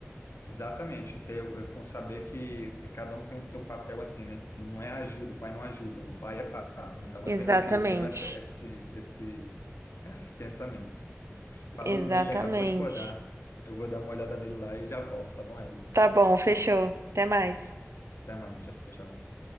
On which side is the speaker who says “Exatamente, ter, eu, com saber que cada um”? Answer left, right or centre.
Left